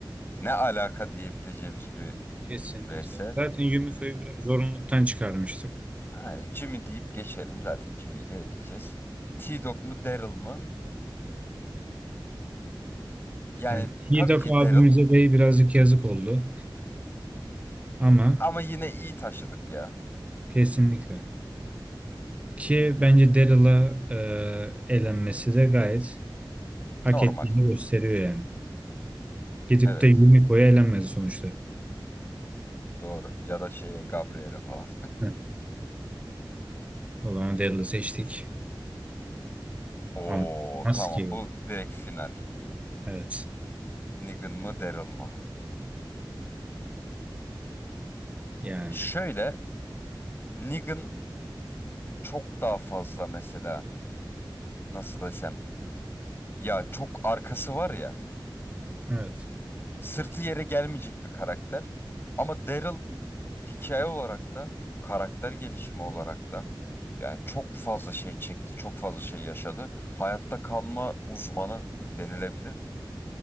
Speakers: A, on the left (about 25°); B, on the right (about 15°).
A: Ne alaka diyebileceğimiz bir
B: Kesinlikle.
A: vs.
B: Zaten Yumiko'yu biraz zorunluluktan çıkarmıştık.
A: Ha, Jimmy deyip geçelim. Zaten Jimmy'yi de eleyeceğiz. T-Dog mu Daryl mı? Yani
B: Yani Hidak
A: tabii ki
B: abimize
A: Daryl
B: de birazcık yazık oldu ama
A: ama yine iyi taşıdık ya.
B: kesinlikle. Ki bence Daryl'a e, elenmesi de gayet hak
A: Normal.
B: ettiğini gösteriyor yani. Gidip
A: Evet.
B: de Yumiko'ya elenmedi sonuçta.
A: Doğru. Ya da şeye Gabriel'e falan.
B: Heh, O zaman Daryl'ı seçtik.
A: Oo
B: Ama maske.
A: tamam bu direkt final.
B: Evet.
A: Negan mı Daryl mı?
B: Yani.
A: Şöyle Negan çok daha fazla mesela nasıl desem ya çok arkası var ya
B: Evet.
A: sırtı yere gelmeyecek bir karakter. Ama Daryl hikaye olarak da karakter gelişimi olarak da yani çok fazla şey çekti, çok fazla şey yaşadı. Hayatta kalma uzmanı denilebilir.